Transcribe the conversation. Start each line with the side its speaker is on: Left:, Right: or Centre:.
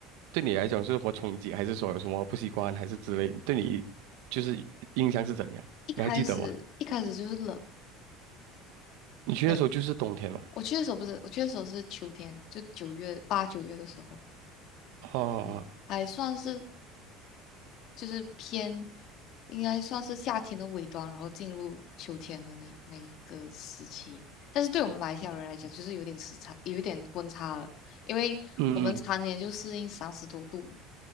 Right: 对你来讲是有什么冲击，还是说有什么不习惯，还是之类，对你就是印象是怎样？
Left: 一开始一开始就是冷，
Right: 你还记得吗？你去的时候就是冬天嘛？
Left: 对，我去的时候不是，我去的时候是秋天，就九月八九月的时候，
Right: 哦，
Left: 嗯，还算是就是偏应该算是夏天的尾端，然后进入秋天的那那一个时期。但是对我们马来西亚人来讲，就是有点时差，有一点温差了，因为我们常年就适应三十多度，
Right: 嗯嗯